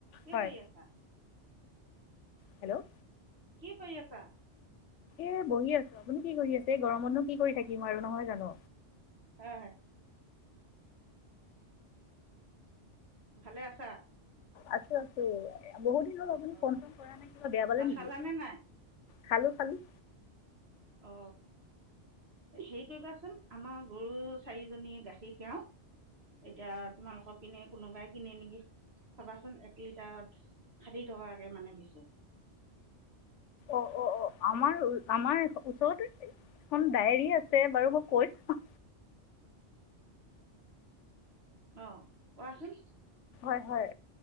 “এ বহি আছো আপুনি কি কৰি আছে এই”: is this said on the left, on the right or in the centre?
Left